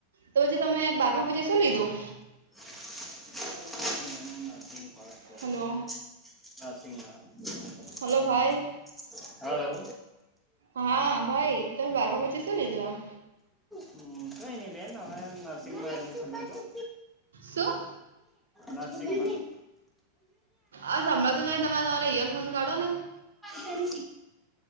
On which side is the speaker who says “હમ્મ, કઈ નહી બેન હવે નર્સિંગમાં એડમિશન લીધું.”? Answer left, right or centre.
Centre